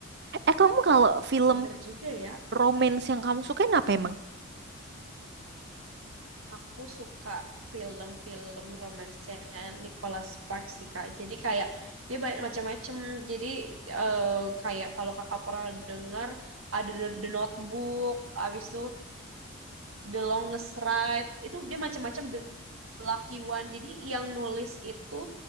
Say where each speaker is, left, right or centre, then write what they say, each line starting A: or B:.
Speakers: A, on the right (about 50°); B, on the right (about 75°).
A: Eh kamu kalau film
B: Bener juga ya.
A: romance yang kamu sukain apa emang?
B: Aku suka film-film romansnya Nicholas Sparks sih Kak. Jadi kayak dia banyak macam-macam. Jadi eh, kayak kalau Kakak pernah dengar ada The, The Notebook, abis itu The Longest Ride itu dia macam-macam The Lucky One jadi yang nulis itu